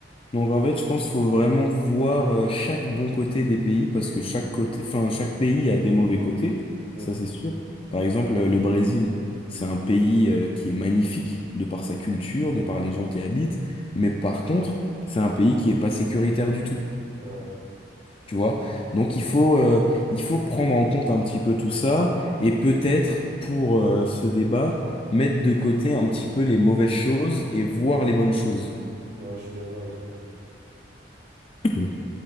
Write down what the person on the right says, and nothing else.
Hum,
ouais,
ouais, je suis d'accord avec toi.